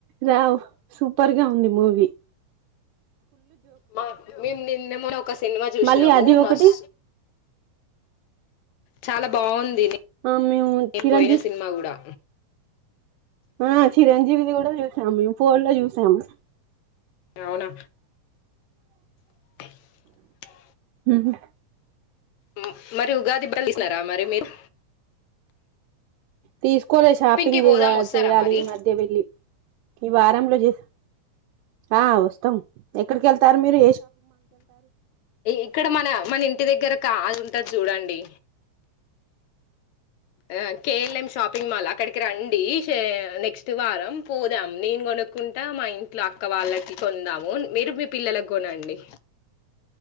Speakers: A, on the right; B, on the left.
A: వావ్ సూపర్ గా ఉంది మూవీ వి
B: మా మేమ నిన్న మన్న ఒక సినిమా చూసినము
A: మళ్ళీ అది
B: మస్
A: ఒకటి
B: చాల బాగుంద్
A: ఆ మేము చిరంజీవి
B: పోయిన సినిమా గుడా
A: ఆ చిరంజీవిది గుడ చూసాము మేమ్ ఫోన్ లో చూసాము
B: అవునా <inaudible>
A: మ్
B: ము మరి ఉగాదిబ్బల్సినారా మరి మీరు
A: తీసుకోలే షాపింగ్
B: కి
A: చేవ
B: పోదాం వస్తారా
A: చేయాలి
B: మరి
A: ఈ మధ్య వెళ్ళి ఈ వారంలో చేస్ ఆ వస్తాం ఎక్కడికి ఎళ్తారు మీర్
B: ఇక్కడ మన మన ఇంటి దగ్గర కాద్ ఉంటద్ చూడండి ఆ కేఎల్ఎం షాపింగ్ మాల్ అక్కడికి రండీ నెక్స్ట్ వారం పోదాం నేను కొనుక్కుంటా మా ఇంట్లో అక్క వాళ్ళకి కొందాము మీరు మీ పిల్లలక్ కొనండి